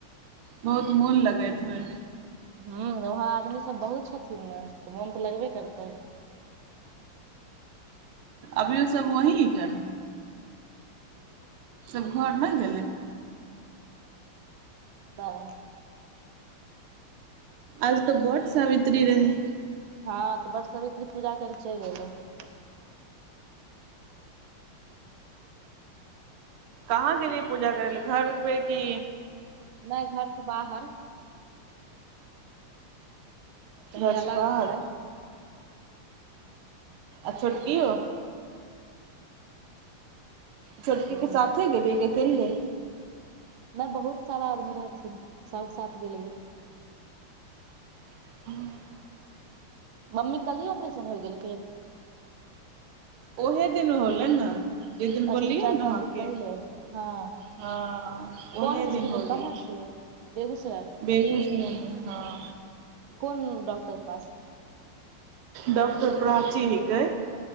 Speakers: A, on the right; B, on the right.
A: बहुत मोन लगैत होय।
B: हुं उहाँ आदमी सब बहुत छथिन न, त मोन त लगबे करतै।
A: अभियो सब वही हिके। सभ घर नै गेलै।
B: नय।
A: आज तो बटसावित्री रहै।
B: हँ तऽ बटसवित्री पूजा कर के चलि एलहुं।
A: कहाँ गेलियै पूजा करै ले, घर पे की
B: नै घर से बाहर। कहीं
A: घर से
B: अलग
A: बाहर
B: रहै।
A: आ छोटकीयो? छोटकीके
B: ह
A: साथे गेलियै कि अकेलिए।
B: नै बहुत सारा आदमी रहथिन, सबके साथ गेलियै।
A: ह <inaudible>
B: मम्मी कल्हे ऑपरेशन होइ गेल कि।
A: ओहे दिन होले ने। जे दिन बोललियै
B: अच्छा दू चारि
A: ने अहाँके,
B: पाँच दिन पहिले हँ
A: हँ ओहे
B: कोन हॉस्पिटल
A: दिन हो गेलै।
B: कहाँ छियै बेगूसराय
A: बेगूसराय में हँ।
B: कोन डॉक्टर के पास।
A: डॉक्टर प्राची के।